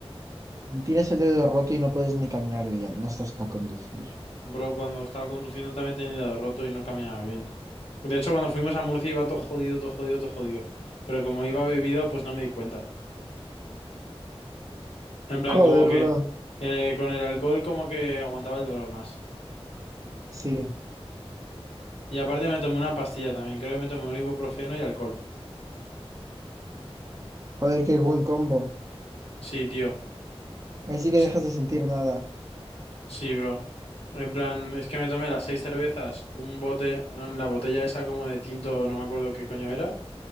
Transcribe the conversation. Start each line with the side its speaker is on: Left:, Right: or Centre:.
Right: tienes el dedo roto y no puedes ni caminar bien. No estás para conducir.
Left: Bro, cuando estaba conduciendo también tenía el dedo roto y no caminaba bien. De hecho, cuando fuimos a Murcia iba todo jodido, todo jodido, todo jodido. Pero como iba bebido, pues no me di cuenta. En plan,
Right: Joder,
Left: como que
Right: bro.
Left: eh, con el alcohol como que aguantaba el dolor más.
Right: Sí.
Left: Y aparte me tomé una pastilla también. Creo que me tomé un ibuprofeno y alcohol.
Right: Joder, qué buen combo.
Left: Sí, tío.
Right: Ahí sí
Left: Es
Right: que dejas de sentir nada.
Left: Sí, bro. En plan, es que me tomé las seis cervezas, un bote, en la botella esa como de tinto, no me acuerdo qué coño era,